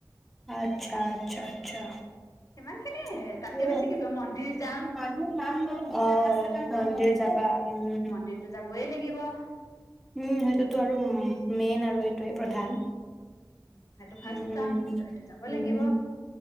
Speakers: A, in the centre; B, on the left (about 50°).
A: আচ্ছা আচ্ছা আচ্ছা!
B: সিমান খিনিয়ে
A: ঠিকে
B: তাতকে বেছি কি কৰিম মন্দিৰ যাম
A: আছে। অ মন্দে যাবা। উম
B: মন্দিৰটো যাবই লাগিব উম
A: উম সেইটোতো আৰু মেইন আৰু। আৰু সটোৱেই প্ৰধান।
B: সেইটো ফাৰ্ষ্ট
A: উম
B: কাম তাতটো যাব
A: উম
B: লাগিব